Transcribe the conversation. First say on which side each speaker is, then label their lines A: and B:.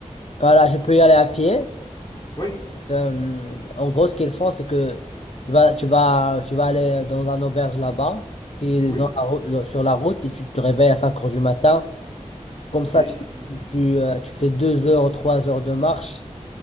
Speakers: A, on the left (about 60°); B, on the left (about 35°).
A: Voilà, je peux y aller à pied.
B: Oui,
A: Euh, en gros, ce qu'ils font, c'est que tu vas, tu vas, tu vas aller dans un auberge là-bas, qui est
B: oui,
A: dans la rou- dans- sur la route, et tu te réveilles à 5 heures du matin. Comme
B: oui,
A: ça, tu, tu, euh, tu fais deux heures, trois heures de marche.